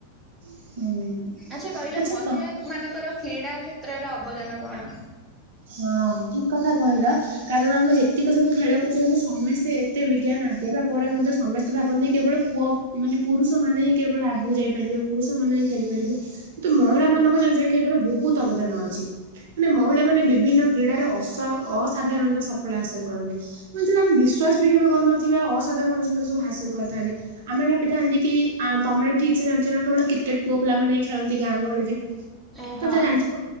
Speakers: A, on the right (about 55°); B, in the centre.
A: ହୁଁ
B: ଆଛା କହିଲ
A: ଆଚ୍ଛା
B: ମହିଳା
A: ତ
B: ମାନଙ୍କର କ୍ରୀଡ଼ା କ୍ଷେତ୍ରରେ ଅବଦାନ କଣ?
A: ହଁ ଠିକ୍ କଥା କହିଲା। କାରଣ ଆମେ ଯେତିକ ସବୁ ଖେଳକରୁଚନ୍ତି ସମସ୍ତେ ଏତେ ବିଜ୍ଞାନ ଆଗେଇବା ପରେ ମଧ୍ୟ ସମସ୍ତେ ଭାବନ୍ତି କେବଳ କୁଅ ମାନେ ପୁରୁଷ ମାନେ ହିଁ କେବଳ ଆଗକୁ ଯାଇପାରିବେ ପୁରୁଷ ମାନେ ହିଁ ଖେଳିପାରିବେ କିନ୍ତୁ ମହିଳା ମାନଙ୍କ ଜାଣିଚ ଏ କ୍ଷତରେ ବୋହୁତ ଅବଦାନ ଅଛି ମାନେ ମହିଳା ମାନେ ବିଭିନ୍ନ କ୍ରୀଡାରେ ଅସ ଅସାଧାରଣତ ସଫଳ ହାସଲ କରନ୍ତି। କୁ ଯୋଉ ମାନେ ବିଶ୍ୱାସ ବି କେବେ କରିନଥିବା ଅସାଧାରଣ ଭାବେ ସେମାନେ ସବୁ ହାସଲ କରିଥାନ୍ତି। ଆମେ ଭାବିଥାନ୍ତି କି ଆଉ ତମେ ଠିକ୍ ସେ ଜାଣିଛ ନା କେବଳ କ୍ରିକେଟ ପୁଅ ପିଲାମାନେ ହ୍ନି ଖେଳନ୍ତି ଗାଁ ଗହଳିରେ
B: ଏ
A: ତ
B: ହଁ।
A: ତେ ଜାଣିିଥିବ?